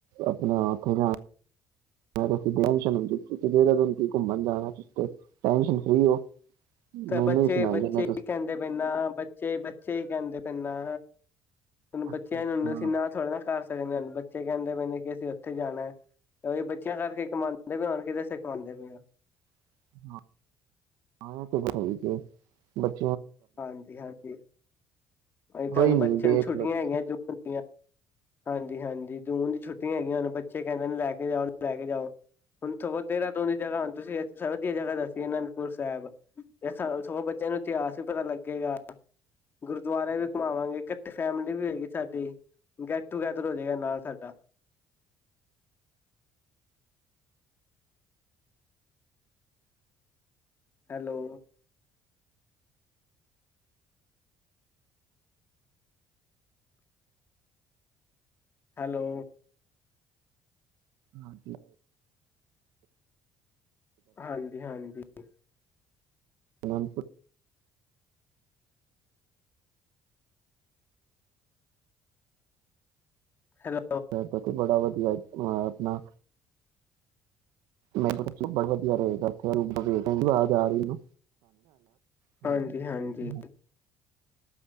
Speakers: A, on the right; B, on the left.
A: ਆਪਣਾ, ਉੱਥੇ ਜਾ ਮੈਂ ਤੁ ਟੁੰ ਤੁਸੀ ਜ ਦਿਨ ਘੁੰਮਣ ਜਾਣਾ, ਤੁਸੀ ਟੈਂਸ਼ਨ ਫੀ ਹੋ।
B: ਤੇ
A: ਮੈਨੂੰ
B: ਬੱਚੇ-
A: ਹੀ ਸੁਣਾਈ
B: ਬੱਚੇ
A: ਜਾਂਦੇ
B: ਹੀ
A: ਤੁਸੀਂ
B: ਕਹਿੰਦੇ ਪੈਂਨਾ, ਬੱਚੇ -ਬੱਚੇ ਹੀ ਕਹਿੰਦੇ ਪੈਂਨਾ। ਹ ਬੱਚਿਆਂ
A: ਅੱਛਾ
B: ਨ ਅਸੀਂ ਨਾ ਥੋੜ੍ਹਾ ਨਾ ਕਰ ਹਨ। ਬੱਚੇ ਕਹਿੰਦੇ ਪਏ ਨੇ ਕਿ ਅਸੀਂ ਉੱਥੇ ਜਾਣਾ, ਤੇ ਉਹੀ ਬੱਚਿਆਂ ਕਰਕੇ ਕਮਾਉਂਦੇ ਪਏ ਹਾਂ ਕਿਦੇ ਸ ਕਮਾਉਂਦੇ ਪਏ ਹਾਂ।
A: ਹ <unintelligible>
B: ਹਾਂਜੀ- ਹਾਂਜੀ ਤੁਹਾਨੰ
A: ਕੋਈ ਨੀ
B: ਬੱਚਿਆਂ
A: ਦੇਖ
B: ਨੂੰ ਛੁੱਟੀਆਂ
A: ਲੋ ਤੁਸੀਂ
B: ਹੈਗੀਆਂ ਜੋ ਹਆਂ ਹਾਂਜੀ -ਹਾਂਜੀ ਜੂਨ ਦੀ ਛੁੱਟੀਆਂ ਹੈਗੀਆਂ। ਹਨੁ ਬੱਚੇ ਕਹਿੰਦੇ ਲੈ ਕੇ ਜਾਓ, ਲੈ ਕੇ ਜਾਉ। ਹੁਣ ਦੇਹਾਰਦੁਨਦ ਦੀ ਜਗ੍ਹਾ ਹੁਣ ਤੁਸੀਂ ਵਧੀਆ ਜਗ੍ਹਾ ਦੱਸੀਏ ਅਨੰਦਪੁਰ ਸਾਹਿਬ। ਸੋ ਬੱਚਿਆਂ ਨੂੰ ਇਤਿਹਾਸ ਪਤਾ ਲੱਗੇਗਾ। ਗੁਰਦੁਆਰੇ ਵੀ ਘੁਮਾਵਾਂਗੇ। ਇਕਠੇ ਫੈਮਿਲੀ ਵੀ ਹੋਏਗੀ। ਸਾਡੀ ਗੈਟ ਟੂ ਗੇੈਦਰ ਹੋ ਜਾਏਗਾ ਨਾਲ ਸਾਡਾ ਹੈਲੋ, ਹੈਲੋ,
A: ਹਾਂ।
B: ਹਾਂਜੀ- ਹਾਂਜੀ। ਠੀਕ ਹੈ।
A: ਸੁਜਾਨਪੁਰ
B: ਹੈ।
A: ਮੈਂ ਪ ਬੜਾ ਵਧੀਆ। ਅ- ਆਪਣਾ ਮੈਨੂੰ ਦੱਸੋ ਬੜਾ ਵਧੀਆ ਰਹੇਗਾਥੇ ਰਪ ਬਲ ਸਿੰਘ ਆਜ ਆ ਰਹੀਾਨ <unintelligible>
B: ਹਾਂਜੀ-ਹਾਂਜੀ,
A: ਨਤੀ ਹੈ।